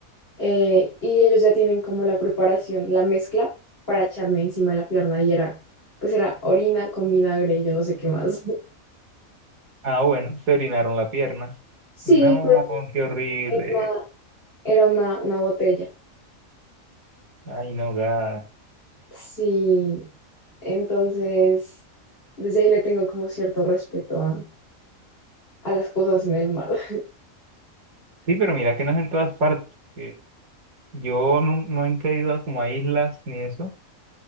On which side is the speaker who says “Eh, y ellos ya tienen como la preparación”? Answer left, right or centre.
Left